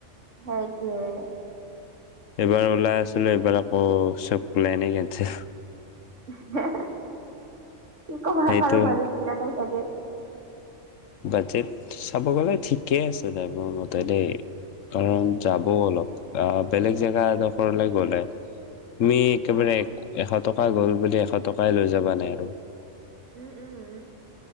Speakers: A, on the right; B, on the left.
A: হয় দেই।
B: এইবাৰ ওলাই আছিলো এইবাৰ আকৌ চব লাইনে কেন্সেল।
A: কি কবা,
B: সেইটোৱে
A: কাৰো বাজেট মিলা নাই চাগে।
B: বাজেট চাব গ'লে ঠিকে আছে দা মোৰ মতে দেই। কাৰণ
A: উম,
B: যাবও অলপ, আহ বেলেগ জেগা এডোখৰলৈ গলে তুমি একেবাৰে
A: অ
B: এশ টকা গ'ল বুলি এশ টকাই লৈ যাবা নে আৰু।
A: উম উম